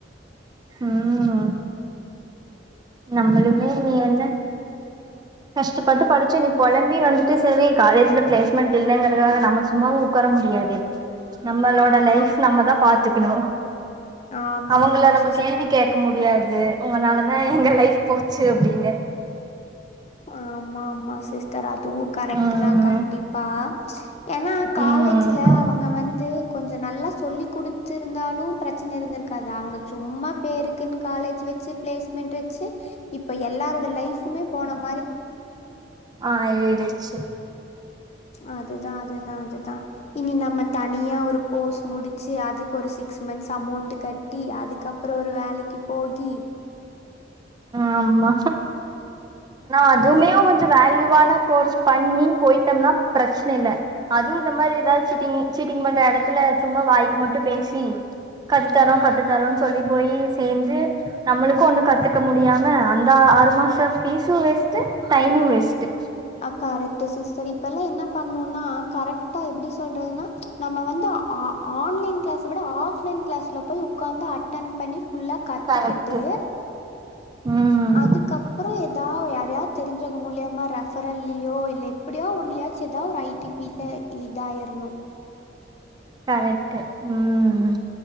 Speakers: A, on the right (about 25°); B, on the left (about 35°).
A: ம் நம்மளுமே நீ என்ன கஷ்டப்பட்டு படிச்சு இனி பொலம்பி வந்துட்டு செரி காலேஜ்ல பிளேஸ்மெண்ட் இல்லைங்கறக்காக நம்ம சும்மா உக்கார முடியாது நம்மளோட
B: ஆமா
A: லைஃப் நம்மதா பாத்துக்கணு
B: ஆமா
A: அவங்கள
B: ஆமா
A: நம்ம
B: சிஸ்டர்
A: கேள்வி கேட்க முடியாது உங்களனாலதா எங்க லைஃப் போச்சு அப்டின்னு
B: ஆமா ஆமா சிஸ்டர் அதுவு கரெக்ட்
A: ம்
B: தா கண்டிப்பா ஏன்னா காலே
A: ம்
B: ஜில
A: ம்
B: அவங்க வந்து கொஞ்ச நல்லா சொல்லிக் குடுத்துருந்தாலு பிரச்சனை இருந்திருக் காது அவங்க சும்மா பேருக்குன்னு காலேஜ் வச்சு பிளேஸ்மெண்ட் வச்சு இப்ப எல்லாரோ இந்த லைஃபுமே போனம்
A: ஆ ஏறிச்சு
B: அதுதா அதுதா அதுதா இனி நம்ம தனியா ஒரு கோர்ஸ் முடிச்சு அதுக்கு ஒரு சிக்ஸ் மந்த்ஸ் அமௌண்ட் க ட்டி அதுக்கப்புற ஒரு வேலைக்கு போகி
A: ஆமா நா அதுமே
B: அதுக்குள்
A: கொஞ்சோ வேல்யூவான கோர்ஸ் பண்ணி போயிட்டோம்னா பிரச்சனை இல்ல அதுவு இந்த மாதிரி ஏதாவது சீட்டிங் சீட்டிங் பண்ற எடத்துல சும்மா வாய்க்கு மட்டு பேசி கத்துத்தரோ கத்து தரோன்னு சொல்லி போய் சேந்து நம்மளுக்கு ஒண்ணு க த்துக்க முடியாம அந்த ஆறு மாசோ ஃபீஸ்சு வேஸ்ட்டு டைமு வேஸ்ட்டு
B: அ கரெக்ட் சிஸ்டர் இப்ப எல்லா என்ன பண்ணுனா கரெக் டா எப்டி சொல்றதுன்னா நம்ம வந்து ஆ ஆன்லைன் கிளாஸ் விட ஆஃப்லைன் கிளாஸ்ல போய் உக்காந்து அட் டன் பண்ணி ஃபுல்லா கத்துக்கிட்டு
A: கரெக்ட்டு ம்
B: அதுக்கு அப் புற ஏதாவது யாராவது தெரிஞ்சது மூலியமா ரெபர்ல்யோ இல்ல எப்டியோ ஒன்லாயாசு ஏதாவது ஐ டி ஃபீல்ட்ல இதாயிரணு
A: கரெக்ட் ம்